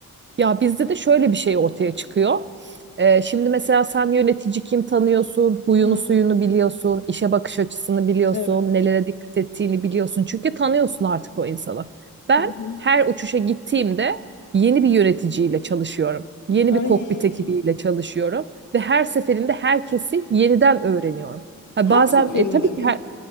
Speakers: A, on the right (about 35°); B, on the left (about 60°).
A: Ya bizde de şöyle bir şey ortaya çıkıyor. Ee, şimdi mesela sen yönetici kim tanıyorsun, huyunu
B: Hmm,
A: suyunu biliyorsun, işe bakış açısını biliyorsun,
B: evet.
A: nelere dikkat ettiğini biliyorsun. Çünkü tanıyorsun artık o insanı. Ben
B: Hı hı.
A: her uçuşa gittiğimde yeni bir yöneticiyle çalışıyorum. Yeni
B: Ay,
A: bir kokpit ekibiyle çalışıyorum. Ve her seferinde herkesi yeniden öğreniyorum. Ha,
B: her
A: bazen
B: seferinde
A: e, tabii ki
B: mi?
A: her